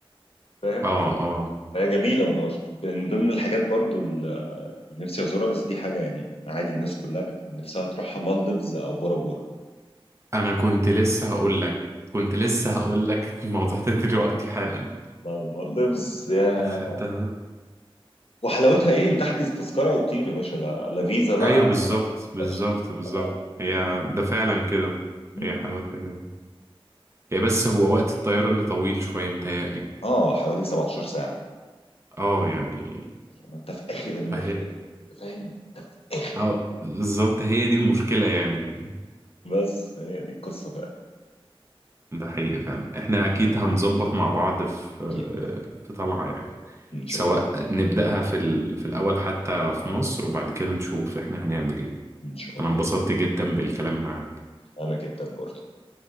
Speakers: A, on the left (about 80°); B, on the right (about 30°).
A: فاهم
B: اه اه
A: هي جميلة مدغشقر من ضمن الحاجات برضو اللي نفسي أزورها بس دي حاجة يعني عادي الناس كلها بت... نفسها تروحها مالديفز أو بورا بورا
B: انا كنت لسه هقول لك كنت لسه هقول لك الموضوع ده دلوقتي حالا
A: والله مالديفز يا
B: <laughs> خدتها
A: وحلاوتها إيه؟ أنت تحجز تذكرة وتطير يا باشا لا, لا فيزا بقى
B: ايوه بالظبط بالظبط
A: لا شيك
B: بالظبط
A: ولا
B: هي
A: حاجة
B: ده فعلا كده
A: مم.
B: هي حلاوتها كده هي بس هو وقت الطيارة اللي طويل شوية متهيألي
A: آه حوالي 17 ساعة
B: اه يعني
A: ما أنت في آخر المحيط
B: فهي
A: فاهم أنت في آخر المحيط.
B: اه بالظبط هي دي المشكلة يعني
A: بس هي دي القصة فعلا
B: ده حقيقي فعلا احنا اكيد هنظبط مع بعض في
A: أكيد
B: في طلعة يعني
A: إن
B: سواء
A: شاء الله
B: نبدأها في ال... في الأول حتى في مصر وبعد كده نشوف احنا هنعمل ايه
A: إن شاء الله
B: انا انبسطت جدا بالكلام معاك
A: أنا جدا برضو